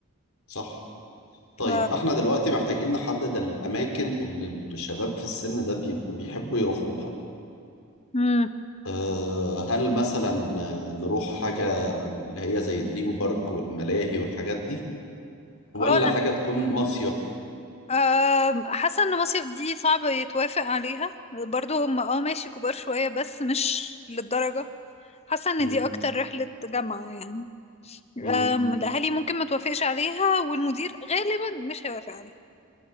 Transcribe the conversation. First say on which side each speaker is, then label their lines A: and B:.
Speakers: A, on the left; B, on the left.
A: صح طيب
B: ف...
A: احنا دلوقتي محتاجين نحدد الاماكن اللي الشباب في السن ده بيبقوا بيحبوا يروحوها
B: مم.
A: أه هل مثلا آه، نروح حاجة اللي هي زي دريم بارك والملاهي والحاجات دي ولا
B: اه انا
A: حاجة تكون مصيف
B: أم، حاسة ان مصيف دي صعب يتوافق عليها برضو هم اه ماشي كبار شوية بس مش للدرجة حاسة ان
A: مم.
B: دي اكتر رحلة جامعة يعني
A: مم.
B: أم، الاهالي ممكن ما توافقش عليها والمدير غالبا مش هيوافق عليها